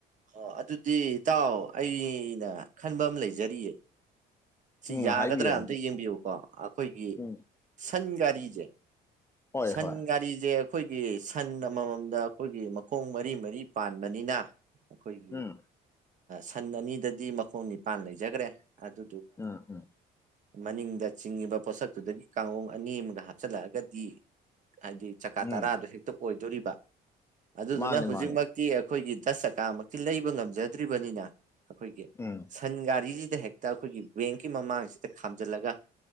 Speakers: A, on the right; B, on the left.
A: ꯑꯣ ꯑꯗꯨꯗꯤ ꯏꯇꯥꯎ ꯑꯩꯅ ꯈꯟꯕ ꯑꯃ ꯂꯩꯖꯔꯤꯌꯦ ꯁꯤ
B: ꯎꯝ
A: ꯌꯥꯒꯗ꯭ꯔ
B: ꯍꯥꯏꯕꯤꯌꯨ ꯍꯥꯏꯕꯤꯌꯨ
A: ꯑꯝꯇ ꯌꯦꯡꯕꯤꯌꯨꯀꯣ ꯑꯩꯈꯣꯏꯒꯤ
B: ꯎꯝ
A: ꯁꯟ ꯒꯥꯔꯤꯖꯦ
B: ꯍꯣꯏ
A: ꯁꯟꯒꯥꯔꯤꯖꯦ
B: ꯍꯣꯏ
A: ꯑꯩꯈꯣꯏꯒꯤ ꯁꯟ ꯑꯃꯃꯝꯅ ꯑꯩꯈꯣꯏꯒꯤ ꯃꯈꯣꯡ ꯃꯔꯤ- ꯃꯔꯤ ꯄꯥꯟꯕꯅꯤꯅ ꯑꯩꯈꯣꯏꯒꯤ
B: ꯎꯝ
A: ꯁꯟ ꯑꯅꯤꯗꯗꯤ ꯃꯈꯣꯡ ꯅꯤꯄꯥꯟ ꯂꯩꯖꯈ꯭ꯔꯦ ꯑꯗꯨ
B: ꯑ- ꯑ
A: ꯃꯅꯤꯡꯗ ꯆꯤꯡꯉꯤꯕ ꯄꯣꯠꯁꯛꯇꯨꯗꯒꯤ ꯀꯥꯡꯈꯣꯡ ꯑꯅꯤ ꯑꯃꯒ ꯍꯥꯞꯆꯤꯜꯂꯛꯑꯒꯗꯤ ꯍꯥꯏꯗꯤ ꯆꯀꯥ ꯇꯔꯥꯗꯣ
B: ꯎꯝ
A: ꯍꯦꯛꯇ ꯑꯣꯏꯗꯣꯔꯤꯕ ꯑꯗꯨꯗꯨꯅ
B: ꯃꯥꯅꯤ
A: ꯍꯧꯖꯤꯛꯃꯛꯇꯤ
B: ꯃꯥꯅꯤ
A: ꯑꯩꯈꯣꯏꯒꯤ ꯆꯁ ꯆꯀꯥꯃꯛꯇꯤ ꯂꯩꯕ ꯉꯝꯖꯗ꯭ꯔꯤꯕꯅꯤꯅ ꯑꯩꯈꯣꯏꯒꯤ
B: ꯎꯝ
A: ꯁꯟ ꯒꯥꯔꯤꯁꯤꯗ ꯍꯦꯛꯇ ꯑꯩꯈꯣꯏꯒꯤ ꯕꯦꯡꯀꯤ ꯃꯃꯥꯡꯁꯤꯗ ꯈꯥꯝꯖꯤꯜꯂꯒ